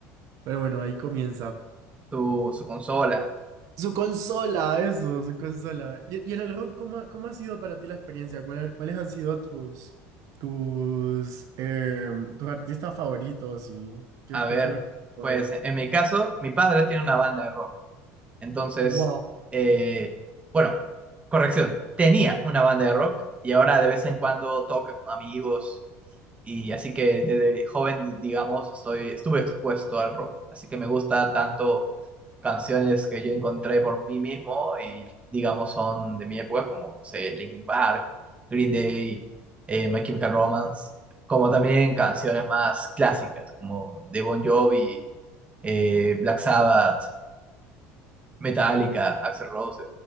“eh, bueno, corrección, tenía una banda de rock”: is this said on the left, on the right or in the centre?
Right